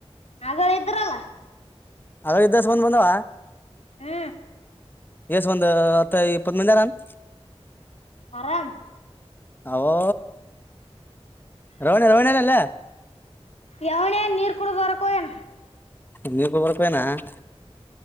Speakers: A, on the left; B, on the left.
A: ಹಾಗಳ ಇದ್ರಲ್ಲ
B: ಹಾಗದಿಸವ ಬಂದವ
A: ಹ್ಮ
B: ಎಸ್ ಒಂದ ಹತ್ತ ಇಪ್ಪತ್ ಮಂದರನ್
A: ಆರಾಮ
B: ಓಹೋ ರೋಣ ರೋಹಣರ ಅಲ್ಲ
A: ಯವನೇ ನೀರು ಕುಡದುವರಕ್ಕೋಯಣ
B: ನೀರ್ ಕೊಯೋಕೆ ಹೋಗನಯ್ಕ್